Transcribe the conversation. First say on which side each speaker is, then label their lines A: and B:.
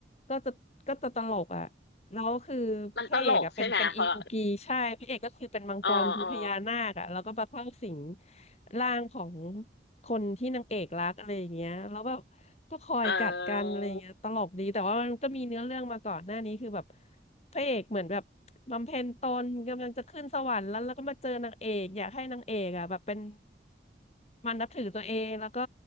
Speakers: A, on the left; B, on the left.
A: ก็จะก็จะตลกอะ แล้วคือพระเอกอะเป็นเป็นอีมูกีใช่พระเอกก็คือเป็นมังกรเป็นพญานาคอะแล้วก็มาเข้าสิง
B: มันตลกใช่ไหมเพราะอ๋ออ๋อ
A: ร่างของคนที่นางเอกรักอะไรอย่างเงี้ยแล้วแบบก็คอยกัดกันอะไรอย่างเงี้ยตลกดีแต่ว่ามันก็มีเนื้อเรื่องมาก่อนหน้านี้คือแบบ
B: อ่า
A: พระเอกเหมือนแบบบำเพ็ญตนกำลังจะขึ้นสวรรค์แล้วแล้วก็มาเจอนางเอกอยากให้นางเอกอะแบบเป็นมันนับถือตัวเองแล้วก็